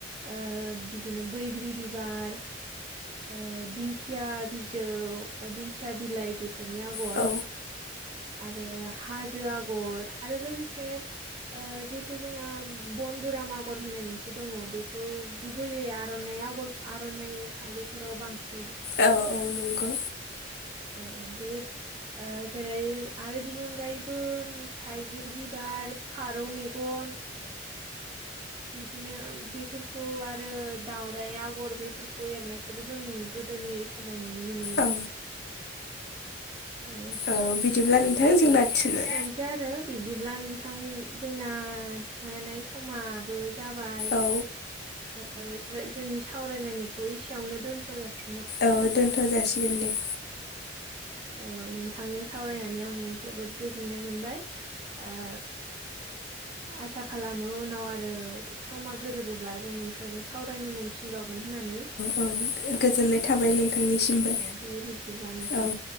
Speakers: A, on the right (about 30°); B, on the left (about 60°).
A: ओ बिदिनो बैग्रि बिबार ओ दिंखिया बिजौ बा दिंखिया बिलाइ बेफोरनि आगर
B: हाथाइफोरखौ होनो खासि हाथाइ औ
A: आरो हाजो आगर आरो लोगोसे ओ जिहेथु जोंना बन्दुराम आगर होननाय मोनसे दङ बेखौ गुबैयै आर'नाइ आगर आर'नाइ फालिफोराव बांसिन
B: औ नंगौ।
A: औ बेयो ओ जेरै आरो बिनि अनगायैबो थाइगिर बिबार फारौ मेगन बिदिनो बिफोरखौ आरो दाउराइ आगर बेफोरखौ एरनायखौबो जों गोदोनि समाव नुनो मोनोमोन।
B: औ
A: औ।
B: ओ बिदिब्ला नोंथां जोंना थिनो
A: से आरो बिब्दिब्ला नोंथां जोंना थिखानाय समाबो जाबाय
B: औ
A: ओ जोंनि सावरायनायखौ इसेयावनो दोनथ' जासिग
B: औ दोनथ' जासिगोन दे।
A: औ नोंथांजों सावरायनानै आं जोबोद गोजोननाय मोनबाय ओ आसा खालामो उनाव आरो समा गोरोबोब्ला जों नोंथांजों सावरायनो मोनफिन नबावगोन होननानै
B: मोनबाय औ गोजोननाय थाबाय नोंथांनिसिमबो
A: ओ दे बिब्दिब्ला नोंथां
B: औ